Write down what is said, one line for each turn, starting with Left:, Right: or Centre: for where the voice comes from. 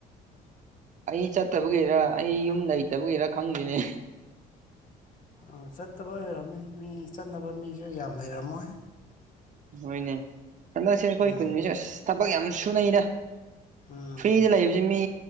Right: ꯑꯩ ꯆꯠꯇꯕꯒꯤꯔ ꯑꯩ ꯌꯨꯝ ꯂꯩꯇꯕꯒꯤꯔ ꯈꯪꯗꯦꯅꯦ
Left: ꯑ ꯆꯠꯇꯕꯩ ꯑꯣꯏꯔꯝꯅꯤ ꯃꯤ ꯆꯠꯅꯕ ꯃꯤꯁꯨ ꯌꯥꯝ ꯂꯩꯔꯝꯃꯣꯏ
Right: ꯍꯣꯏꯅꯦ ꯍꯟꯗꯛꯁꯦ ꯑꯩꯈꯣꯏ
Left: ꯎꯝ
Right: ꯈꯨꯟꯒꯤꯁꯦ ꯑꯁ ꯊꯕꯛ ꯌꯥꯝ ꯁꯨꯅꯩꯗ
Left: ꯎꯝ
Right: ꯐ꯭ꯔꯤꯗ ꯂꯩꯕ ꯖꯦ ꯃꯤ